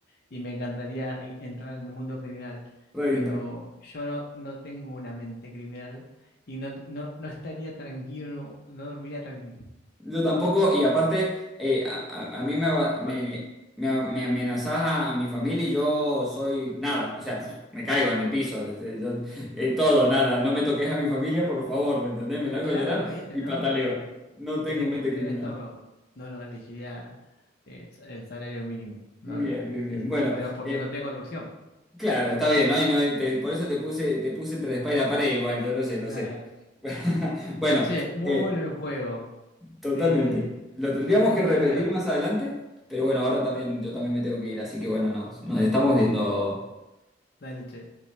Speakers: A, on the left; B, in the centre.
A: y me encantaría e- entrar en el mundo criminal,
B: Reddington.
A: pero yo no, no tengo una mente criminal y no, no, no estaría tranquilo, no dormiría tranquilo.
B: Yo tampoco, y aparte, eh, a, a- a mí me, aba-
A: Aparte,
B: me, me- me amenazás a, a mi familia y yo soy nada. O sea, <laughs> me caigo en el piso, desde- yo- eh, todo, nada. No me toques a mi familia, por favor, ¿me entendés? Me largo
A: claro,
B: a llorar
A: viste,
B: y
A: no,
B: pataleo.
A: no,
B: No
A: tenés
B: tengo mente
A: que tener
B: criminal.
A: estómago. No, no elegiría eh, el salario mínimo. No,
B: Bien,
A: no,
B: bien, bien.
A: sí, sí.
B: Bueno,
A: Pero porque
B: eh,
A: no tengo otra opción.
B: Claro, está bien, ¿no? Y no- y te- por eso te puse, te puse entre la espalda y la pared igual, yo lo sé, lo
A: Claro.
B: sé. <laughs> Bueno,
A: Che, muy
B: eh,
A: bueno el juego.
B: totalmente.
A: Te...
B: Lo tendríamos
A: Vos sabés
B: que
A: que
B: repetir
A: ya me dio...
B: más adelante, pero bueno, ahora también, yo también me tengo que ir, así que bueno, nos, nos estamos viendo.
A: Dale, che.